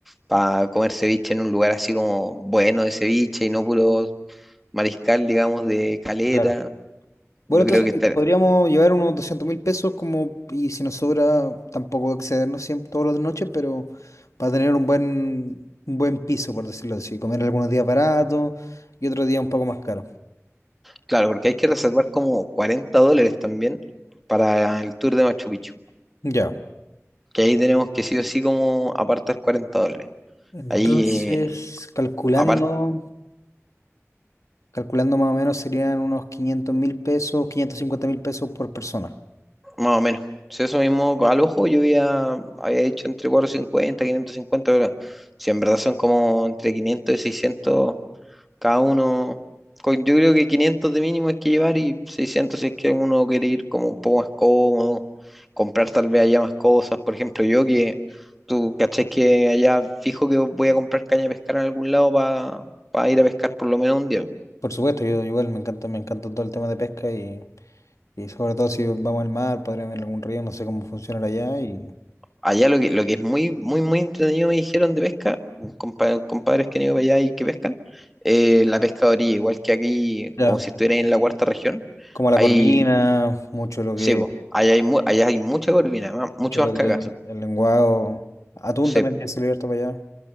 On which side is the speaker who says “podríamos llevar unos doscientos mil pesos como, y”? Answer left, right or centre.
Left